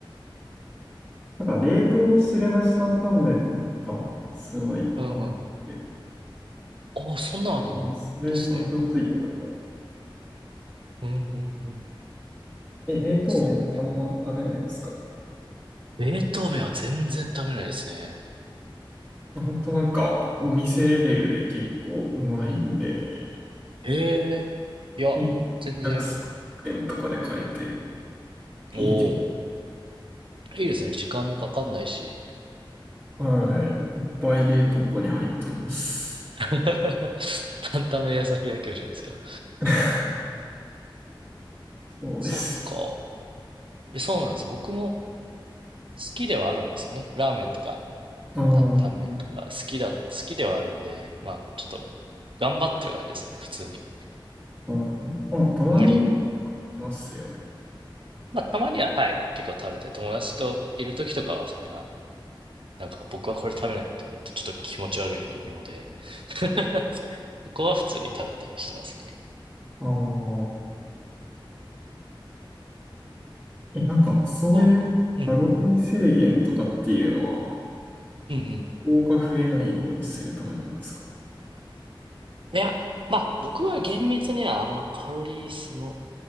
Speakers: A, on the right; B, on the right.
A: なんか冷凍の汁なし担々麺がすごいハマって、
B: うんうん。ああ、そんなんあるんですね。
A: うんそれ山椒ついてたかな。
B: うんうんうん。
A: え、冷凍麺ってあんま食べないですか
B: そうなんだ。冷凍麺は全然食べないですね。
A: ほんとなんかお店レベルで結構うまいんで、
B: へえ。いや、
A: 100円とかで買えて
B: 全然。
A: いいです。
B: おお。いいですね。時間もかかんないし。
A: はい。いっぱい冷凍庫に入ってます。
B: <laughs> 担々麺屋さん開けるじゃないですか。
A: <laughs> そうです。
B: そっか。え、そうなんですよ。僕も好きではあるんですよね。ラーメンとか
A: うん
B: 担々麺とか好きだ、好きではあるので、まあちょっと頑張ってる感じですね。普通に。
A: うん。まあ、たまにい
B: 無理。
A: ますよね。
B: まあたまには、はい、結構食べたい。友達といる時とかはそんななんか僕はこれ食べないとか言ってちょっと気持ち悪いので <laughs> そこは普通に食べたりしてますね。
A: ああ。え、なんか、そういうカロリー制限とかっていうのは、
B: こう。うん。うんうん。
A: 脂肪が増えないようにするためなんですか
B: いや、まあ僕は厳密にはあんまカロリーその、